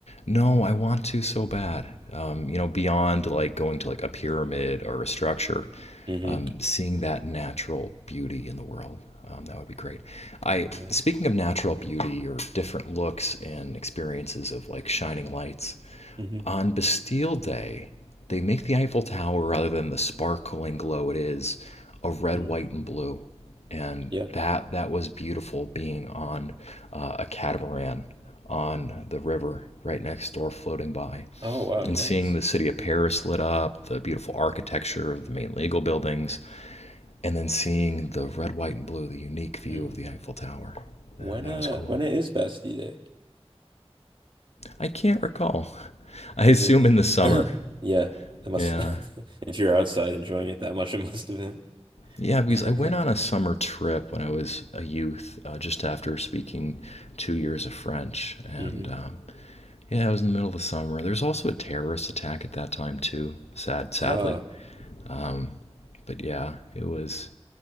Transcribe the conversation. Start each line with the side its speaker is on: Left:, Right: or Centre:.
Left: No, I want to so bad. Um, you know, beyond like going to like a pyramid or a structure,
Right: hmm
Left: um, seeing that natural beauty in the world, um, that would be great. I
Right: Yeah.
Left: speaking of natural beauty or different looks and experiences of like shining lights,
Right: hmm
Left: On Bastille Day, they make the Eiffel Tower rather than the sparkling glow it is of red,
Right: mm
Left: white, and blue. And
Right: Yeah.
Left: that that was beautiful being on uh, a catamaran on the river right next door floating by
Right: Oh wow,
Left: and
Right: nice.
Left: seeing the city of Paris lit up, the beautiful architecture of the main legal buildings, and then seeing the red, white, and blue, the unique view
Right: Mm.
Left: of the Eiffel Tower.
Right: When
Left: That, that
Right: uh
Left: was cool.
Right: when it is Bastille Day?
Left: I can't recall. <laughs> I assume
Right: Is it
Left: in the summer.
Right: <laughs> Yeah, it must
Left: Yeah,
Right: <laughs> if you're outside enjoying it that much, it must have been.
Left: Yeah, because
Right: <laughs>
Left: I went on a summer trip when I was a youth, uh, just after speaking two years of French. And
Right: Mhm.
Left: um, yeah, it was in the middle of the summer. There was also a terrorist attack at that time, too, sad, sadly.
Right: Uh,
Left: Um, but yeah, it was